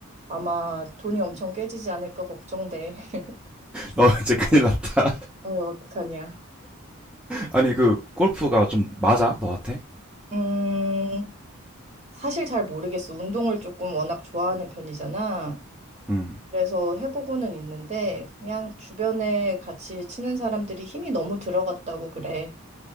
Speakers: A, on the right; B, in the centre.
A: 아마 돈이 엄청 깨지지 않을까 걱정돼. <laughs>
B: 너 <laughs> 이제 큰일 났다.
A: 어, 어떡하냐.
B: 아니, 그, 골프가 좀 맞아? 너한테?
A: 음, 사실 잘 모르겠어. 운동을 조금 워낙 좋아하는 편이잖아.
B: 음,
A: 그래서 해보고는 있는데 그냥 주변에 같이 치는 사람들이 힘이 너무 들어갔다고 그래.